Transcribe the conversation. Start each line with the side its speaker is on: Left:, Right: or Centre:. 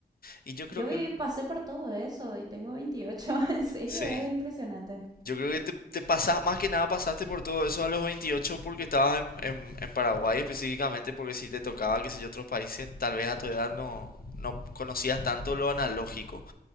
Left: Y yo creo
Right: Yo
Left: que
Right: viví,
Left: el-
Right: pasé por todo eso y tengo 28, <laughs> en serio,
Left: sí.
Right: es impresionante.
Left: Yo creo que te, te pasas, más que nada pasaste por todo eso a los 28 porque estabas en, en- en Paraguay específicamente, porque si te tocaba, qué sé yo, otros países, tal vez a tu edad no, no conocías tanto lo analógico.